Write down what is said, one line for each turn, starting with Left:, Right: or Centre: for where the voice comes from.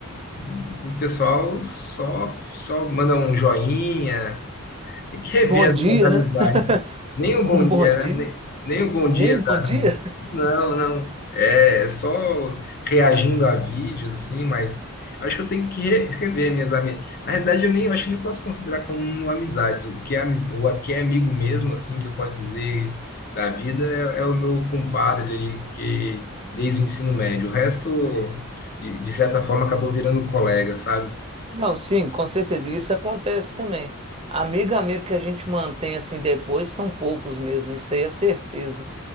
Left: do pessoal só, só manda um joinha. Tem que rever
Right: Bom dia,
Left: as, as amizades.
Right: né? <laughs>
Left: Nem o
Right: Um
Left: bom
Right: bom
Left: dia,
Right: dia.
Left: né? Nem, nem o bom
Right: Nem
Left: dia
Right: bom dia?
Left: não, não. É é só reagindo a vídeos, assim, mas acho que eu tenho que re- rever minhas amizades. Na realidade, eu nem eu acho que nem posso considerar como amizades. O que é, ami- o que é amigo mesmo, assim, que eu posso dizer da vida é, é o meu compadre ali, que desde o ensino médio. O resto, de, de certa forma, acabou virando colega, sabe?
Right: Não, sim, com certeza. e Isso acontece também. Amigo, amigo que a gente mantém assim depois são poucos mesmo, isso aí é certeza.